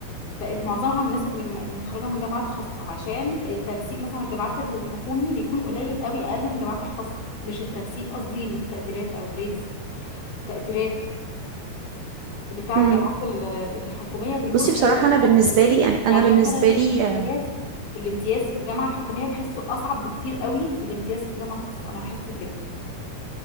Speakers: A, on the left; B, on the right.
A: بقت معظمها من الناس اللي اللي متخرجه من جامعات خاصه عشان التنسيق مثلا الجامعات الحكومي بيكون قليل قوي اقل من الجامعات الخاصه مش التنسيق قصدي التقديرات او جريدز تقديرات بتاع
B: مم.
A: الجامعات ال- الحكوميه بيكون
B: بصي
A: قليل
B: بصراحه
A: قوي في
B: انا
A: الفترة
B: بالنسبه
A: دي.
B: لي يعني
A: يعني
B: انا بالنسبه
A: مثلا الامتياز
B: لي آه،
A: الامتياز في الجامعه الحكوميه بحسه اصعب بكتير قوي من الامتياز في الجامعه الخاصه انا بحس كده